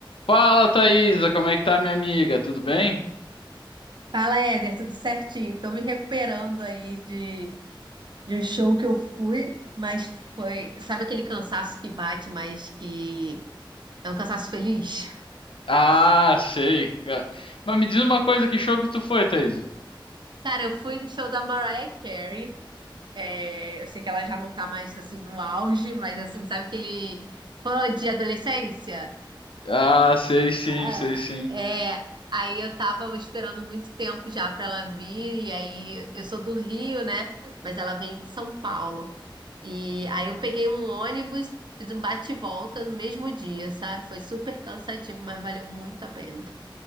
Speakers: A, on the left (about 80°); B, on the right (about 60°).
A: Fala, Thaisa, como é que tá, minha amiga? Tudo bem?
B: Fala, Éder, tudo certinho? Tô me recuperando aí de, de um show que eu. Mas foi. Sabe aquele cansaço que bate, mas que é um cansaço feliz?
A: Ah, sei, cara. Mas me diz uma coisa, que show que tu foi, Thaisa?
B: <laughs> Cara, eu fui no show da Mariah Carey. é, eu sei que ela já não tá mais assim no auge, mas assim, sabe aquele fã de adolescência?
A: Ah, sei sim,
B: Ah,
A: sei sim.
B: é. Aí eu tava esperando muito tempo já pra ela vir, e aí eu sou do Rio, né? Mas ela veio de São Paulo. E aí eu peguei um ônibus, fiz um bate-volta e volta no mesmo dia, sabe? Foi super cansativo, mas valeu muito a pena.